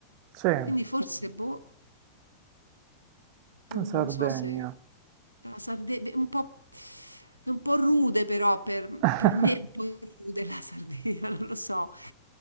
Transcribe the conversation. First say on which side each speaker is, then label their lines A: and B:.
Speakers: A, on the right (about 45°); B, on the right (about 85°).
A: Sì, la
B: quindi forse, boh. Non,
A: Sardegna.
B: non so se la Sardegna è un po', è un po' rude, però per,
A: <laughs>
B: per me è un po' rude la Sardegna, <laughs> non lo so.